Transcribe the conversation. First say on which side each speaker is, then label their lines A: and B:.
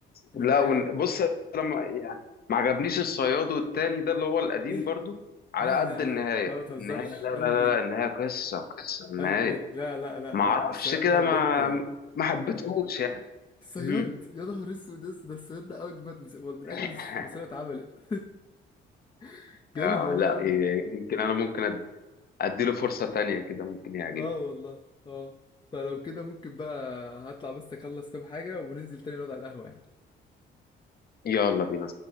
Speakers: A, on the left; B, on the left.
A: والنهاية
B: لا ون... بص انا ما يعني ما عجبنيش الصياد والتاني ده اللي هو القديم
A: ايه
B: برضو على
A: لا
B: قد
A: لا
B: النهاية
A: لا لا ما تهزرش
B: النهاية لا لا
A: قلبي
B: لا, لا النهاية قصة قصة النهاية
A: قلبي لا لا لا
B: ما
A: لا
B: اعرفش
A: الصياد
B: كده
A: ده بجد
B: ما ما حبيتهوش يعني
A: الصياد
B: مم.
A: يا نهار اسود ده ده الصياد ده اجمد مس... وال- من اجمد
B: <laughs>
A: المسلسلات اتعملت <laughs> جامد
B: آه
A: والله
B: لا
A: قوي
B: ي- يمكن انا ممكن أد... اديله فرصة تانية كده ممكن يعجبني
A: اه والله اه فلو كده ممكن بقى هطلع بس اخلص كام حاجة وننزل تاني نقعد على القهوة يعني
B: يلا بينا